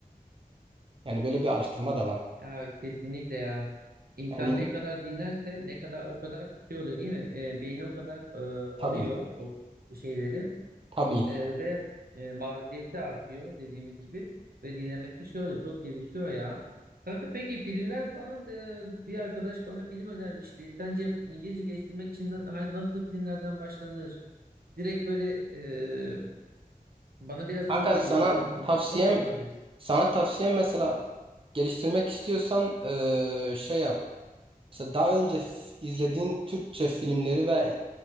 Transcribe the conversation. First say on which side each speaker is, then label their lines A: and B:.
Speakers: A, on the right; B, on the right.
A: Yani böyle bir araştırma da var.
B: Ya kesinlikle ya. İnsan
A: Yani
B: ne kadar dinlerse ne kadar o kadar şey oluyor değil mi? E, beyni o kadar e,
A: tabii,
B: alıyor o şeyleri.
A: tabii.
B: Ee, ve e, maruziyeti artıyor dediğimiz gibi ve dinlemesi şey oluyor çok gelişiyor ya. Kanka peki filmler falan e, bir arkadaş bana film önermişti. Sence İngilizce geliştirmek için na- hay- nasıl filmlerden başlanır? Direkt böyle e, bana biraz zor
A: Fakat
B: geliyor.
A: sana
B: Ben n-
A: tavsiyem,
B: nasıl yapabiliriz?
A: sana tavsiyem mesela geliştirmek istiyorsan e, şey yap. Mesela daha önce f- izlediğin Türkçe filmleri ve